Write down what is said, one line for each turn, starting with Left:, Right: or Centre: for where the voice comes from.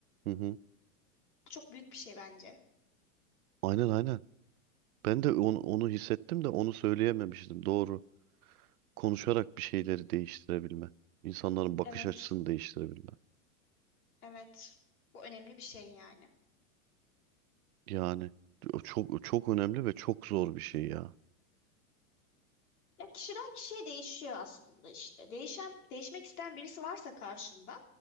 Right: Hı hı.
Left: Bu çok büyük bir şey bence.
Right: Aynen aynen. Ben de onu, onu hissettim de onu söyleyememiştim. Doğru. Konuşarak bir şeyleri değiştirebilme. İnsanların bakış
Left: Evet,
Right: açısını değiştirebilme.
Left: evet. Bu önemli bir şey yani.
Right: Yani o çok çok önemli ve çok zor bir şey ya.
Left: Ya kişiden kişiye değişiyor aslında işte. Değişen, değişmek isteyen birisi varsa karşında